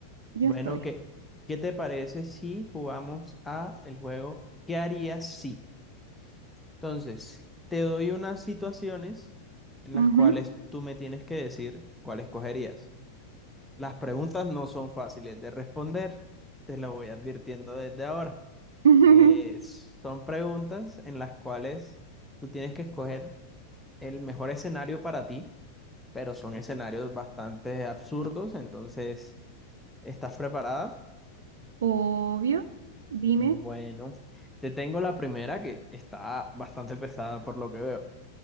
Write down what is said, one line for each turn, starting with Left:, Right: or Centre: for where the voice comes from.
Right: yo
Centre: Bueno,
Right: estoy.
Centre: ¿qué, qué te parece si jugamos a el juego ¿Qué harías si? Entonces, te doy unas situaciones en las
Right: Ujú.
Centre: cuales tú me tienes que decir cuál escogerías. Las preguntas no son fáciles de responder. Te lo voy advirtiendo desde ahora.
Right: <laughs>
Centre: Eh, son preguntas en las cuales tú tienes que escoger el mejor escenario para ti, pero son escenarios bastante absurdos, entonces, ¿estás preparada?
Right: Obvio, dime,
Centre: Bueno, te tengo la primera que está bastante pesada por lo que veo.